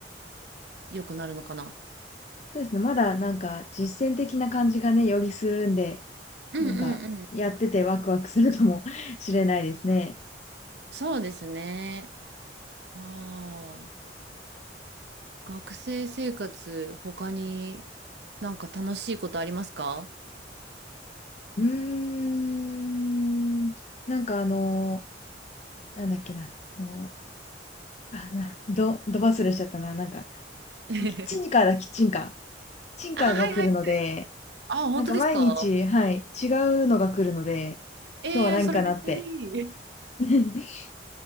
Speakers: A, on the right; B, on the left.
A: 良くなるのかな。
B: そうですね。まだなんか実践的な感じがね、よりするんで、
A: うんうんうん。
B: なんかやっててワクワクするかも <laughs> しれないですね。
A: そうですね。ああ、学生生活、他になんか楽しいことありますか
B: うーん。なんかあのー、なんだっけな。あのー、あ、な、ど、ど忘れしちゃったな。なんか、
A: <laughs>
B: キッチンカーだ、キッチンカー。キッチンカーが来るので、
A: あ、はいはいはい。あ、本当ですか
B: なんか毎日、はい、違うのが来るので、
A: ええーそれめっちゃいい。
B: 今日は何かなって。<laughs>